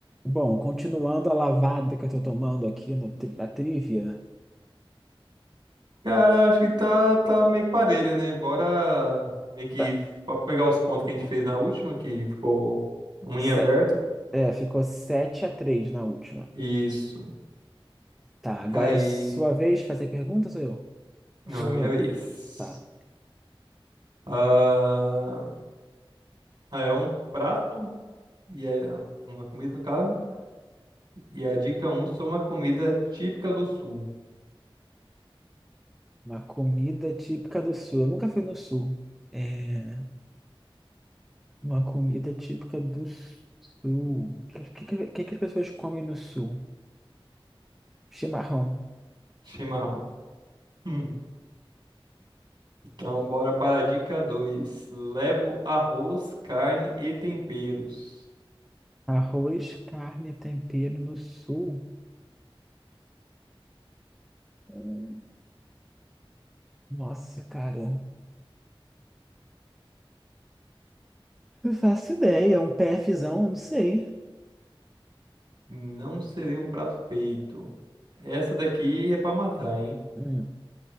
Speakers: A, in the centre; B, on the right (about 55°).
A: Bom, continuando a lavada que eu tô tomando aqui no, tri- na trivia,
B: Cara, acho que tá, tá meio que parelho, né? Bora meio que
A: tá,
B: fa- pegar os pontos que a gente fez na última, que ficou um
A: se-
B: em aberto.
A: é, ficou 7 a 3 na última.
B: Isso.
A: Tá, agora
B: Aí.
A: é sua vez de fazer perguntas sou eu?
B: Não, é
A: Hum.
B: minha vez.
A: Tá,
B: Ah, ah, é um prato, e é uma comida, no caso, né? E a dica um são uma comida típica do sul:
A: uma comida típica do sul. Eu nunca fui no sul. É, uma comida típica do sul. O que, que, que, que que as pessoas comem no sul? Chimarrão.
B: chimarrão. <laughs> Hum. Então, bora para a dica 2. Levo arroz, carne e temperos.
A: Arroz, carne, e tempero no sul. Hum, Nossa, cara. Não faço ideia, é um PFzão, não sei.
B: Não seria um prato feito. Essa daqui é pra matar, hein?
A: Hum.